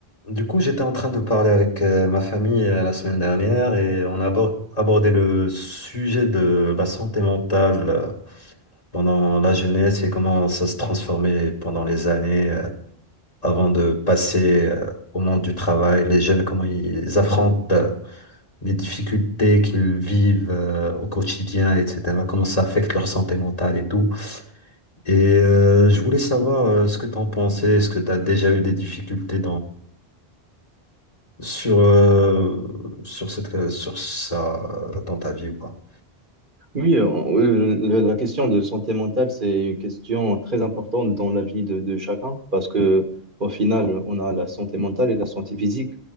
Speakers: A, on the left; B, on the right.
A: Du coup, j'étais en train de parler avec euh, ma famille euh, la semaine dernière et on a abor- abordé le sujet de la santé mentale euh, pendant la jeunesse et comment ça se transformait pendant les années euh, avant de passer euh, au monde du travail. Les jeunes, comment ils affrontent euh, les difficultés qu'ils vivent euh, au quotidien, etc. Comment ça affecte leur santé mentale et tout. Et euh, je voulais savoir euh, ce que tu en pensais, est-ce que tu as déjà eu des difficultés sur, euh, sur cette, euh, sur ça euh, dans ta vie ou pas?
B: Oui, euh, le- la question de santé mentale, c'est une question très importante dans la vie de, de chacun parce que au final, on a la santé mentale et la santé physique.